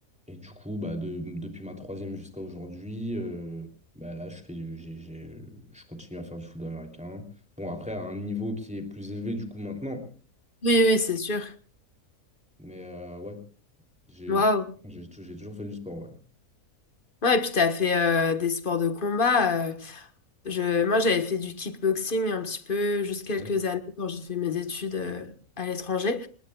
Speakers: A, in the centre; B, on the left.
A: Et du coup, bah, de- depuis ma troisième jusqu'à aujourd'hui, euh, bah, là, je fais, du- j'ai, j'ai- je continue à faire du football américain. Bon, après, à un niveau qui est plus élevé du coup maintenant.
B: Oui, oui, c'est sûr.
A: Mais euh, ouais, j'ai
B: Waouh.
A: j'ai tou- j'ai toujours fait du sport, ouais.
B: Ouais, et puis t'as fait euh, des sports de combat. euh, je, moi, j'avais fait du kickboxing un petit peu, juste quelques
A: Ouais.
B: années quand j'ai fait mes études euh, à l'étranger.